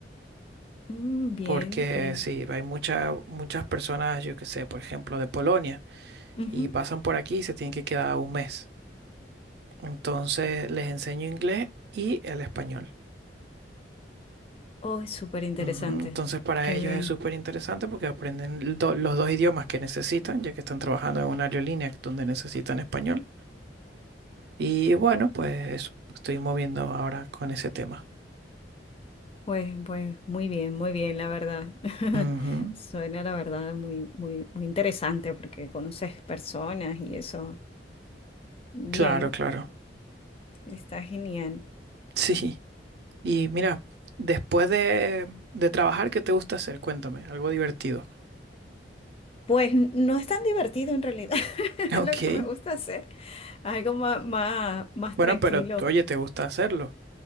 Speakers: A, on the left (about 35°); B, on the right (about 65°).
A: Mm, bien,
B: Porque
A: bien.
B: sí, hay muchas muchas personas, yo que sé, por ejemplo, de Polonia
A: Ujú.
B: y pasan por aquí y se tienen que quedar un mes. Entonces les enseño inglés y el español.
A: Oh, es súper interesante.
B: Ujú, Entonces para
A: Qué
B: ellos
A: bien.
B: es súper interesante porque aprenden el do- los dos idiomas que necesitan, ya que están trabajando en una aerolínea donde necesitan español. Y bueno, pues eso, estoy moviendo ahora con ese tema.
A: Pues, pues muy bien, muy bien, la verdad. <laughs>
B: Ujú,
A: Suena la verdad muy, muy, muy interesante porque conoces personas y eso. Bien,
B: Claro, claro.
A: está genial.
B: Sí. Y mira, después de, de trabajar, ¿qué te gusta hacer? Cuéntame, algo divertido.
A: Pues no es tan divertido en realidad <laughs>
B: <laughs> Ok.
A: lo que me gusta hacer. Algo más, más, más
B: Bueno,
A: tranquilo.
B: pero oye, ¿te gusta hacerlo?